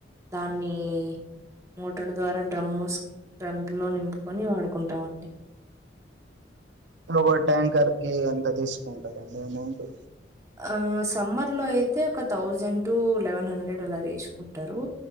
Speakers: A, on the right; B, on the right.
A: దాన్నీ మోటరు ద్వారా డ్రమ్మూస్ ట్రంపులో నింపుకొని వాడుకుంటామండి <inaudible>
B: ఓగో ట్యాంకర్ కీ ఎంత తీసుకుంటారండి అమౌంటు
A: ఆ సమ్మర్ లో అయితే ఒక థౌజండ్ టూ లెవెన్ హండ్రెడ్ అలా తీసుకుంటరూ